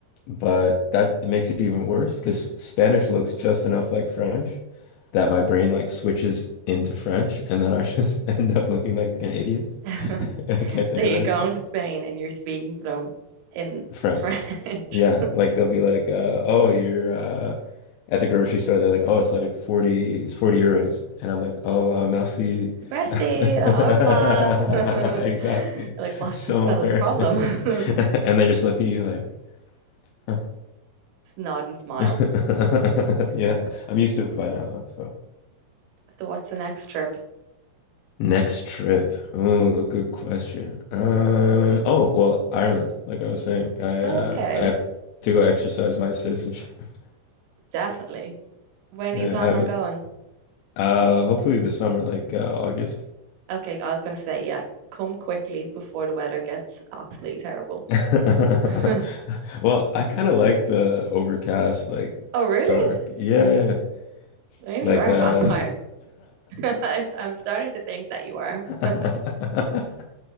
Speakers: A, on the left (about 80°); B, on the right (about 85°).
A: but that it makes it even worse because Spanish looks just enough like French that my brain like switches into French and then I just <laughs> end up looking like an idiot.
B: <laughs>
A: <laughs> I can't think
B: So you're
A: of anything.
B: going to Spain and you're speaking to them in
A: French.
B: French.
A: Yeah, like they'll be like, uh, oh, you're uh, at the grocery store. They're like, oh, it's like 40, it's 40 euros. And I'm like, oh, uh, merci.
B: <laughs> Merci,
A: <laughs>
B: au revoir. <laughs>
A: Exactly.
B: Like, what's
A: So
B: this fella's
A: embarrassing.
B: problem? <laughs>
A: <laughs> And they just look at you like, <laughs>
B: Just nod and smile.
A: <laughs> Yeah, I'm used to it by now though, so.
B: So what's the next trip?
A: Next trip. Oh, good question. Um, oh, well, Ireland, like I was saying, I
B: Okay,
A: uh, I have to go exercise my citizenship. <laughs>
B: definitely. When
A: Yeah,
B: do you plan on going?
A: I uh hopefully this summer, like uh, August.
B: Okay, I was gonna say, yeah, come quickly before the weather gets absolutely terrible.
A: <laughs>
B: <laughs>
A: Well, I kind of like the overcast, like
B: Oh, really?
A: dark. Yeah, yeah.
B: Maybe
A: yeah.
B: you
A: Like
B: are
A: uh
B: a vampire. <laughs> I, I'm starting to think that you are. <laughs>
A: <laughs> <laughs>